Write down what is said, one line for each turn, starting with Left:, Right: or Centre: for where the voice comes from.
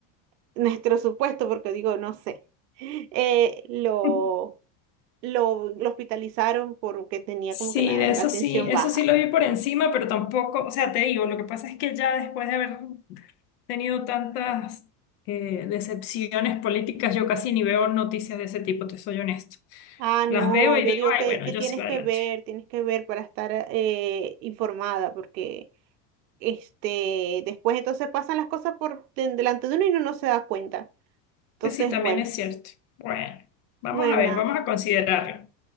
Right: nuestro supuesto, porque digo, no sé, eh, lo,
Left: <laughs>
Right: lo, lo hospitalizaron porque tenía
Left: Sí,
Right: como que la,
Left: de eso
Right: la tensión
Left: sí, eso
Right: baja.
Left: sí lo vi por encima, pero tampoco, o sea, te digo, lo que pasa es que ya después de haber tenido tantas eh, decepciones políticas, yo casi ni veo noticias de ese tipo, te soy honesto.
Right: Ah, no,
Left: Las veo y
Right: yo
Left: digo,
Right: digo
Left: ay,
Right: que,
Left: bueno,
Right: que
Left: yo
Right: tienes
Left: sigo adelante.
Right: que ver, tienes que ver para estar eh, informada, porque Este, después entonces pasan las cosas por de- delante de uno y uno no se da cuenta. Entonces,
Left: Pues sí, también
Right: bueno,
Left: es cierto. Bueno, vamos
Right: bueno,
Left: a
Right: nada.
Left: ver, vamos a considerarlo.